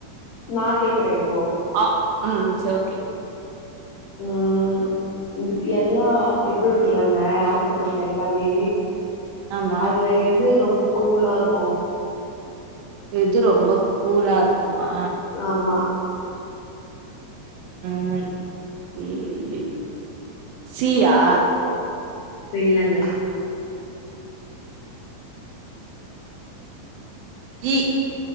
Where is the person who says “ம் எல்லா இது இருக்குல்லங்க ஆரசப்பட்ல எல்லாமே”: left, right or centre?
Left